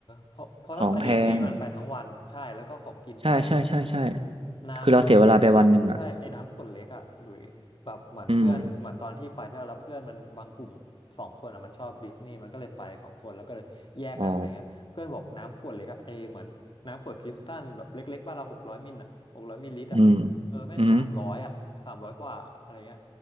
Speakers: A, on the left (about 55°); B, on the right (about 80°).
A: เพราะเพราะถ้าไปดิสนีย์มันไปทั้งวันใช่แล้วก็ของกินแพง
B: ของแพงใช่ใช่ใช่ใช่
A: น้ำ
B: คือเราเสียเวลาไปวันหนึ่งอ่ะ
A: ใช่ไอ้น้ำขวดเล็กอะหลุยแบบเหมือนเพื่อนเหมือนตอนที่ไปเที่ยวแล้วเพื่อนมันบางกลุ่มสองคนอะมันชอบดิสนีย์มันก็เลยไปสองคนแล้วก็เลยแยกกันอะไรเงี้ยเพื่อนบอกน้ำขวดเล็กอะไอเหมือนน้ำขวดคริสตัลแบบเล็กๆบ้านเราหกร้อยมิลอะหกร้อยมิลลิลิตรอะเออแม่งสามร้อยอะสามร้อยกว่าอะไรเงี้ย
B: อืมอ๋ออืมอืม